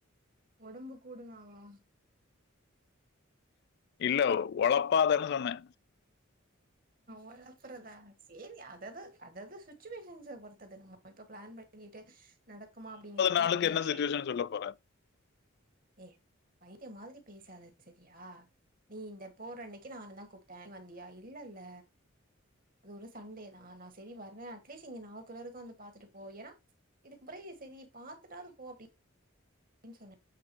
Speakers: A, on the right (about 40°); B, on the left (about 50°).
A: ஒடம்பு கூடுனாவா
B: இல்ல ஒழப்பாதனு சொன்னே
A: ஓலாப்புறதா செரி அதது அதாவுது சுச்சுவேஷன்ஸ பொருத்தது நம்ம இப்ப பிளான் பண்ணி டு நடக்குமா அப்டிங்கறது எல்லா
B: நாளுக்கு
A: தெரியாது
B: என்ன சிச்சுவேஷன் சொல்லப் போற?
A: ஏ பைத்திய மாதிரி பேசாத செரியா நீ இந்த போற அன்னைக் கி நானு தான் கூப்டேன் நீ வந்தியா இல்லல்ல அது ஒரு சண்டே தான் நா சரி வர்றேன் அட்லீஸ்ட் இங்க நாகர்கேயில் வரைக்கு வந்து பாத்துட்டு போ ஏன்னா இதுக்கு அப்ற செரி பாத்துட்டாது போ அப்டி டின் சொன்னே